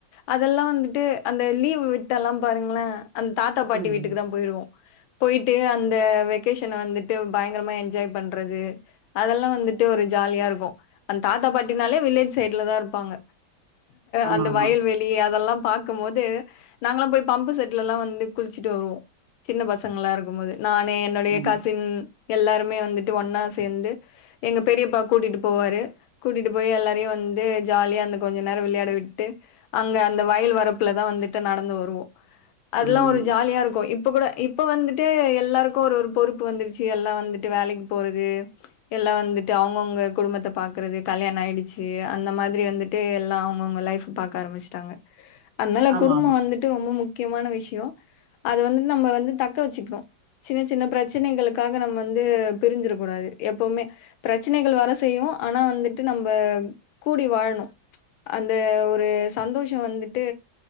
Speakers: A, on the left; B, on the right.
A: அதெல்லாம் வந்துட்டு அந்த லீவ் விட்டால்லா பாருங்கள அந்த தாத்தா பாட்டி
B: ம்
A: வீட்டுக்கு தான் போயிடுவோம் போயிட்டு அந்த வெகேஷனை வந்துட்டு பயங்கரமா என்ஜாய் பண்றது அதெல்லா வந்துட்டு ஒரு ஜாலியா இருக்கு அந்த தாத்தா பாட்டினாலே வில்லேஜ் சைட்ல தான் இருப்பாங்க
B: ஆமா
A: அந்த
B: ஆமா
A: வெளிய அதெல்லா பாக்கு போது நாங்களா போய் பம்பு செட்லல்லா வந்து குளிச்சுட்டு வருவோ சின்ன பசங்களா இருக்கு போது நானு என்னுடைய
B: ஆமா
A: கஃசின் எல்லாருமே வந்துட்டு ஒன்னா சேர்ந்து எங்க பெரியப்பா கூட்டிட்டு போவாரு கூட்டிட்டு போய் எல்லாரையு வந்து ஜாலியாக அந்த கொஞ்ச நேரம் விளையாட விட் விட்டு அங்க அந்த வயல் வரப்புல தான் வந்துட்டு நடந்து வருவோம் அதெல்லா
B: ம்
A: ஒரு ஜாலியா இருக்கு இப் இப்போ கூட இப்போ வந்துட்டு எல்லாருக்கும் ஒரு ஒரு பொறுப்பு வந்துருச்சு எல்லாம் வந்துட்டு வேலைக்கு போறது எல்லாம் வந்துட்டு அவுங்கவுங்க குடும்பத்த பாக்குறது கல்யாணம் ஆயிடுச்சு அந்த மாதிரி வந்துட்டு எல்லாம் அவுங்கவுங்க லைஃப் பாக்க ஆரம்பிச்சுட்டாங்க அதனால
B: ஆமா
A: குடும்பம்
B: ஆமா
A: வந்துட்டு ரொம்ப முக்கியமான விஷ்யோம் அது வந்துட்டு நம்ம வந்து தக்க வச்சுக்கணு சின்ன சின்ன பிரச்சனைகளுக்காக நம்ம வந்து பிரிஞ்சிடக்க கூடாது எப்பவுமே பிரச்சனைகள் வர செய்யும் ஆனா வந்துட்டு நம்ப கூடி வாழணும் அந்த ஒரு சந்தோஷோ வந்துட்டு